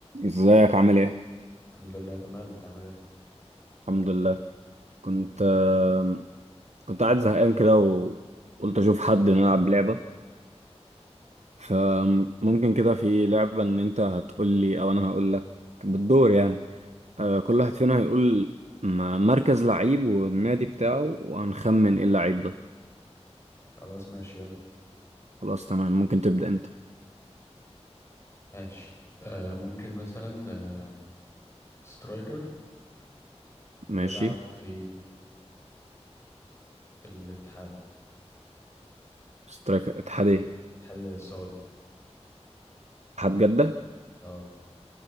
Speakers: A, on the right; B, on the left.
A: ازيك عامل ايه؟
B: الحمد لله تمام انت عامل ايه
A: الحمد لله كنت آه، كنت قاعد زهقان كده وقلت اشوف حد نلعب لعبة فممكن كده في لعبة ان انت هتقول لي او انا هقول لك بالدور يعني آه، كل واحد فينا هيقول م- مركز لعيب والنادي بتاعه وهنخمن ايه اللعيب ده
B: خلاص ماشي يلا
A: خلاص تمام ممكن تبدأ انت
B: ماشي آه ممكن مثلا آه سترايكر بيلعب
A: ماشي
B: في الاتحاد
A: سترايك اتحاد ايه؟
B: الاتحاد السعودي
A: اتحاد جدة
B: اه